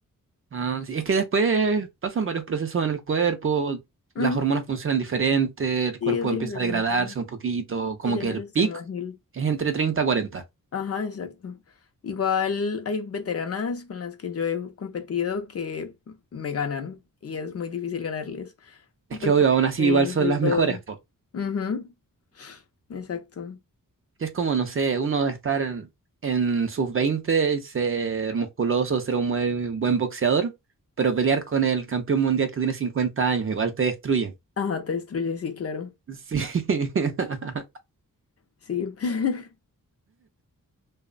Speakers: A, on the right; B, on the left.
A: Ah, sí, es que después pasan varios procesos en el cuerpo, las
B: Ujú,
A: hormonas funcionan diferente, el
B: Sí,
A: cuerpo
B: es diferente.
A: empieza a degradarse un poquito, como
B: Sí, ya
A: que
B: no
A: el
B: eres
A: pic
B: tan ágil.
A: es entre 30 y cuarenta.
B: Ajá, exacto. Igual hay veteranas con las que yo he competido que me ganan y es muy difícil ganarles. Pues
A: Es que obvio,
B: por
A: aún
B: la experiencia
A: así igual son
B: y
A: las
B: todo.
A: mejores, po.
B: Ujú, exacto.
A: Es como, no sé, uno de estar en, en sus 20 y ser musculoso, ser un muy buen boxeador, pero pelear con el campeón mundial que tiene 50 años, igual te destruye.
B: Ajá, te destruye, sí, claro.
A: Sí. <laughs>
B: Sí. <laughs>